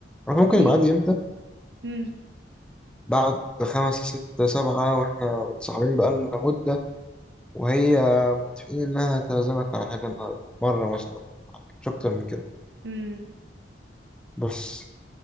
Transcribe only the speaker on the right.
كان
في
امم
امم